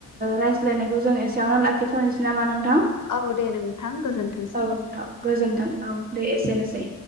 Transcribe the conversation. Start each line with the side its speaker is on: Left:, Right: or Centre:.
Right: रायज्लायनायखौ जों एसेयावनो लाखिथ'नोसै नामा नों थां
Left: औ दे नोंथां गोजोनथोंसै।
Right: औ नोंथां गोजोन्थों। औ दे एसेनोसै।